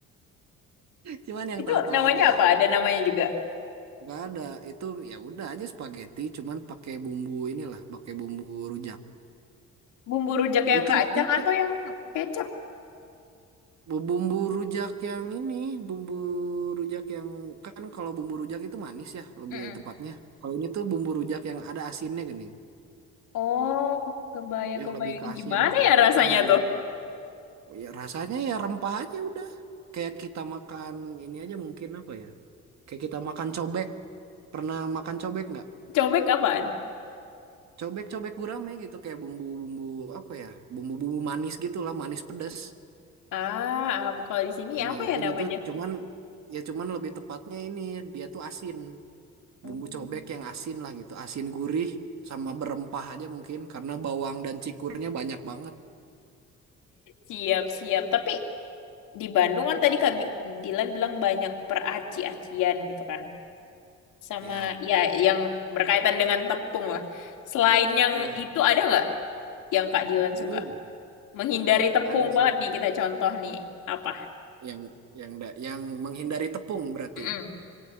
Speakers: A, on the right; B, on the left.
A: Cuman yang
B: Itu
A: tahu-tahu
B: namanya
A: aja.
B: apa? Ada namanya juga.
A: Gak ada itu ya udah aja spaghetti cuman pakai bumbu inilah, pakai bumbu rujak.
B: Bumbu rujak yang
A: Itu
B: kacang
A: jadinya
B: atau yang kecap?
A: Bu- Bumbu rujak yang ini, bumbu rujak yang kan kalau bumbu rujak itu manis ya, lebih
B: Mm-mm.
A: tepatnya. Kalau ini tuh bumbu rujak yang ada asinnya gini,
B: Oh, kebayang-kebayang.
A: yang lebih ke
B: Ih,
A: asin.
B: Gimana ya rasanya
A: Iya, yang,
B: tuh?
A: ya rasanya ya rempah aja udah. Kayak kita makan ini aja mungkin apa ya? Kayak kita makan cobek. Pernah makan cobek nggak?
B: Cobek apaan?
A: Cobek-cobek gurame gitu kayak bumbu-bumbu apa ya? Bumbu-bumbu manis gitu lah, manis pedas.
B: Ah, apa kalau di sini
A: Nah,
B: apa ya
A: ini
B: namanya?
A: tuh cuman ya cuman lebih tepatnya ini dia tuh asin.
B: Hmm,
A: bumbu cobek yang asin lah gitu, asin gurih sama berempah aja mungkin karena bawang dan cikurnya banyak banget.
B: Siap-siap. Tapi di Bandung kan tadi Kak Bi- Dilan bilang banyak peraci-acian gitu kan. sama
A: Ya,
B: ya yang berkaitan dengan tepung lah. Selain yang
A: ya.
B: itu ada nggak yang Kak Dilan
A: Hmm,
B: suka? Menghindari tepung
A: ada sih
B: banget nih kita contoh nih apa?
A: yang yang da- yang menghindari tepung berarti.
B: Mm-mm.